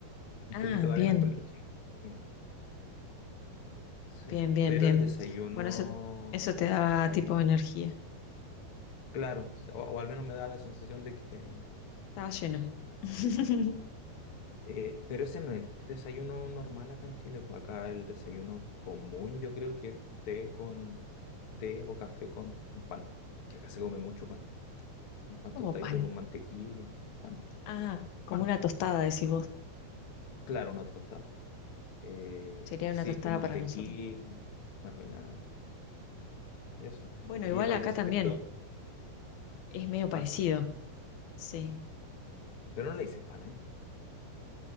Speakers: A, on the left (about 50°); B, on the left (about 70°).
A: Un
B: ah,
A: poquito de
B: bien,
A: avena con leche. Mira, sí.
B: bien, bien,
A: Pero
B: bien.
A: el desayuno,
B: Bueno, eso, eso te daba
A: habi-
B: tipo energía.
A: claro, o, o al menos me da la sensación de que...
B: Estaba lleno. <laughs>
A: eh, pero ese no es el desayuno normal acá en Chile. pues Acá el desayuno común yo creo que es té con té o café con un pan. Es que acá se come mucho pan. Un pan
B: Como
A: tostadito
B: pan.
A: con mantequilla. Pan.
B: Ah, como
A: Pan,
B: una tostada, decís vos.
A: claro, una tostada. Eh,
B: Sería
A: sí,
B: una tostada
A: con mantequilla,
B: para nosotros.
A: mermelada, eso.
B: Bueno,
A: Y
B: igual
A: pal
B: acá
A: de,
B: también
A: y de hecho,
B: es medio parecido.
A: pan.
B: Sí.
A: Pero no le dicen pan allá.